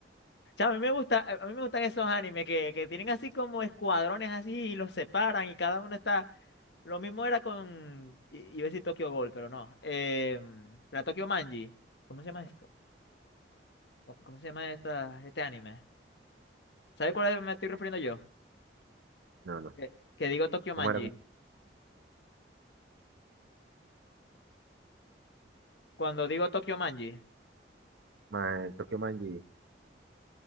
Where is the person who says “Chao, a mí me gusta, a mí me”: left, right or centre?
Left